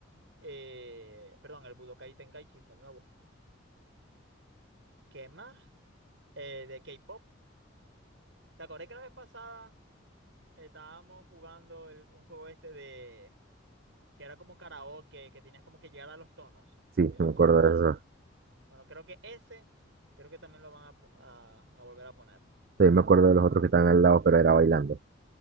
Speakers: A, on the right; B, on the right.
A: eh, perdón, el Budokai Tenkaichi, el nuevo. ¿Qué más? Eh, de K-pop. ¿Te acordás que la vez pasada estábamos jugando el- un juego este que era como karaoke, que tenías como que llegar a los tonos.
B: Sí,
A: Yo
B: no
A: me
B: me
A: puse
B: acuerdo
A: a jugarlo.
B: de eso.
A: Bueno, creo que ese, creo que también lo van a, po- a, a volver a poner.
B: Sí, me acuerdo de los otros que estaban al lado, pero era bailando.